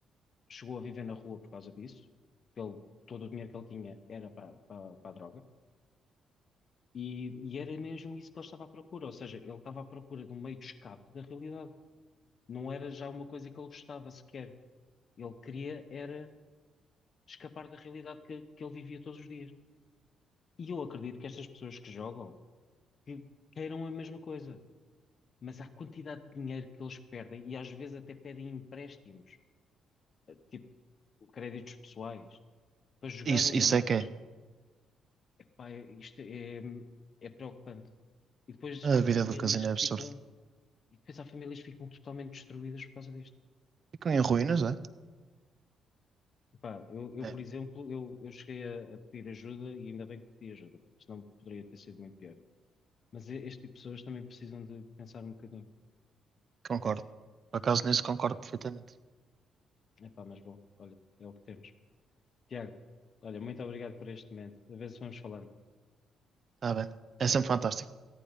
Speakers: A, on the left (about 50°); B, on the right (about 45°).
A: chegou a viver na rua por causa disso, porque ele, todo o dinheiro que ele tinha era para para- para a droga, e, e era mesmo isso que ele estava à procura, ou seja, ele estava à procura de um meio de escape da realidade. Não era já uma coisa que ele gostava sequer. Ele queria era escapar da realidade que, que ele vivia todos os dias. E eu acredito que estas pessoas que jogam que queiram a mesma coisa, mas a quantidade de dinheiro que eles perdem, e às vezes até pedem empréstimos, tipo créditos pessoais para jogar
B: Isso,
A: ainda
B: isso
A: mais.
B: é que é.
A: Epá, é- isto é, é preocupante. E depois
B: A
A: há famílias
B: vida do casino
A: que
B: é absurda.
A: ficam, e depois há famílias que ficam totalmente destruídas por causa disto.
B: Ficam em ruínas, é?
A: Epá, eu, eu,
B: É,
A: por exemplo, eu, eu cheguei a, a pedir ajuda e ainda bem que pedi ajuda, porque senão poderia ter sido muito pior. Mas e- este tipo de pessoas também precisam de pensar um bocadinho.
B: concordo. Por acaso nisso concordo perfeitamente.
A: Epá, mas bom, olha, é o que temos. Tiago, olha, muito obrigado por este momento. A ver se vamos falando.
B: Está bem. É sempre fantástico.